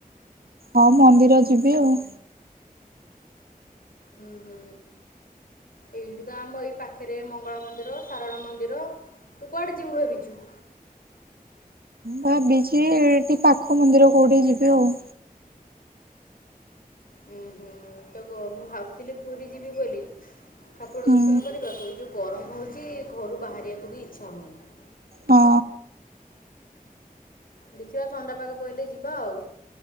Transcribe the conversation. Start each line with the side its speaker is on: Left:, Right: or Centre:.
Right: ହଁ ମନ୍ଦିର ଯିବି ଆଉ।
Left: ହୁଁ, ହୁଁ। ଏଇଠି ତ ଆମ ଏଇ ପାଖରେ ମଙ୍ଗଳା ମନ୍ଦିର, ସାରଳା ମନ୍ଦିର ତୁ କୁଆଡ଼େ ଯିବୁ ଭାବିଛୁ?
Right: ଭାବିଚି ଏଇଠି ପାଖ ମନ୍ଦିର କୋଉଠି ଯିବି ଆଉ।
Left: ହୁଁ, ହୁଁ। ତ କୁହ ମୁଁ ଭାବୁଥିଲି ପୁରୀ ଯିବି ବୋଲି। ଠାକୁର
Right: ହୁଁ।
Left: ଦର୍ଶନ କରିବାକୁ, ଏ ଯୋଉ ଗରମ୍ ହଉଚି ଘରୁ ବାହାରିଆକୁ ବି ଇଚ୍ଛା ହଉନି।
Right: ହଁ।
Left: ଦେଖିବା ଥଣ୍ଡାପାଗ ପଇଲେ ଯିବା ଆଉ।